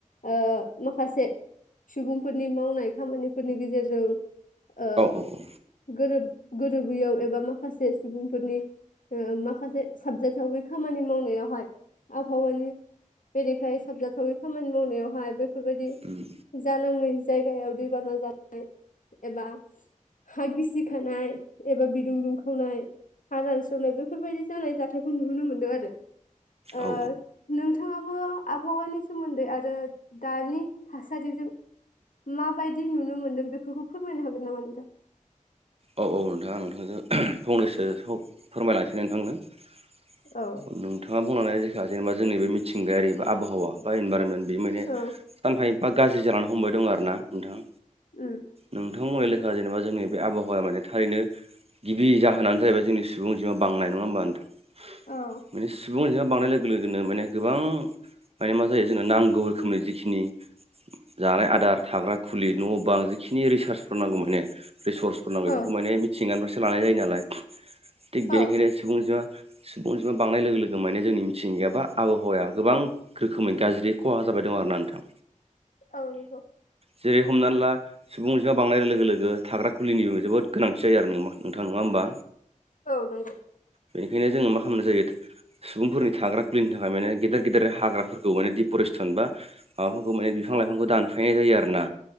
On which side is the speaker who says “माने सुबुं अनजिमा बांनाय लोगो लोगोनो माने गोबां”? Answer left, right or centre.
Right